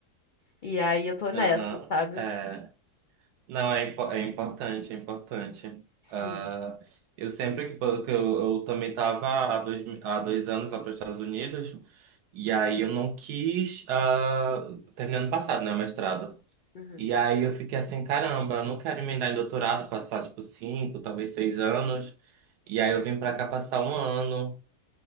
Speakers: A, on the left (about 65°); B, on the right (about 85°).
A: E aí eu tô nessa,
B: Aham.
A: sabe?
B: É. Não, é, impo- é importante, é importante.
A: Sim.
B: Ah, eu sempre que, po- eu, eu também estava há dois, mi- há dois anos lá para os Estados Unidos, e aí eu não quis, ah, terminar ano passado, né, o mestrado.
A: Uhum.
B: E aí eu fiquei assim, caramba, eu não quero emendar em doutorado, passar tipo cinco, talvez seis anos. E aí eu vim para cá passar um ano.